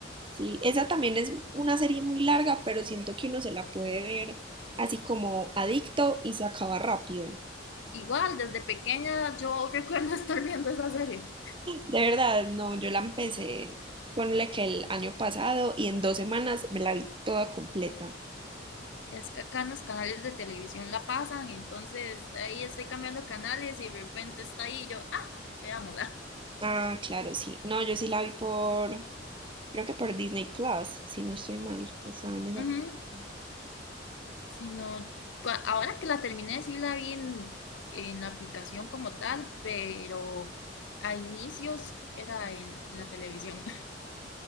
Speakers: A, on the right; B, on the left.
A: Sí, esa también es una serie muy larga, pero siento que uno se la puede ver así como adicto y se acaba rápido.
B: Igual, desde pequeña yo recuerdo <laughs> estar viendo esa serie.
A: De verdad, no, yo la empecé, ponle que el año pasado y en dos semanas me la vi toda completa.
B: Es que acá en los canales de televisión la pasan, entonces ahí estoy cambiando canales y de repente está ahí y yo, ah, veámosla.
A: Ah, claro, sí. No, yo sí la vi por, creo que por Disney Plus, si no estoy mal, estaba en esa
B: Ujú.
A: plataforma.
B: sino cua- ahora que la terminé, sí la vi en, en la aplicación como tal, pero a inicios era en la televisión. <laughs>